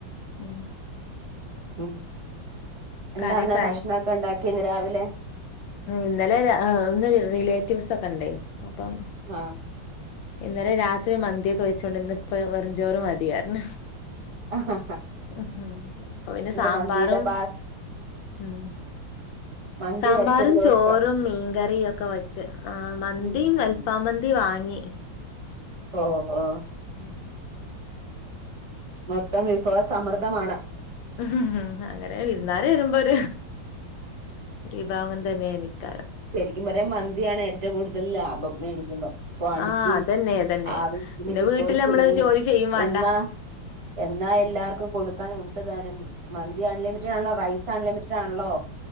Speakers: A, on the left; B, on the right.
A: ഉം
B: ഉം എന്താണ്
A: കറിയൊക്കെ
B: ഭക്ഷണൊക്കെ
A: ആയോ
B: ഉണ്ടാക്കിയേന്ന് രാവിലെ
A: ഇന്നലെ ഒന്ന് റിലേറ്റീവ്സ് ഒക്കെ ഉണ്ടേ അപ്പം
B: ആഹ്
A: ഇന്നലെ രാത്രി മന്തിയൊക്കെ വെച്ചോണ്ടിന്ന്. ഇപ്പൊ വെറുഞ്ചോറ് മതി പറഞ്ഞു
B: ആഹാ
A: ഉഹും അപ്പൊ പിന്നെ സാമ്പാറും
B: മന്തിയുടെ ബാ
A: ഉം
B: മന്തി
A: സാമ്പാറും
B: വെച്ചൊരു ദിവസം
A: ചോറും മീൻകറിയ ഒക്കെ വെച്ച് ആ മന്തിയും
B: ഉം
A: അൽപാമന്തിയും വാങ്ങി
B: ഓഹോ
A: ഉം
B: മൊത്തം വിഭവ സമർദ്ദമാണ്
A: ഉം അങ്ങനെ വിരുന്നാല വരുമ്പോ ഒരു വിഭഗം തന്നെയാ എനിക്കാ
B: ശരിക്കും പറഞ്ഞ മന്തിയാണ് ഏറ്റോം കൂടുതൽ ലാഭം മ്പം മേടിക്കുമ്പം ക്വാണ്ടിറ്റി
A: ആഹ് അതന്നെ അതന്നെ
B: ആവശ്യത്തിന്
A: പിന്നെ
B: കിട്ടുവോം
A: വീട്ടിൽ നമ്മള്
B: ചെയ്യും
A: ജോലി ചെയ്യും വേണ്ട
B: എന്നാ എന്നാ
A: ഉം
B: എല്ലാർക്കും കൊടുക്കാൻ ഉണ്ട് താനം മന്തി അൺലിമിറ്റഡ് ആണല്ലോ റൈസ് അൺലിമിറ്റഡ് ആണല്ലോ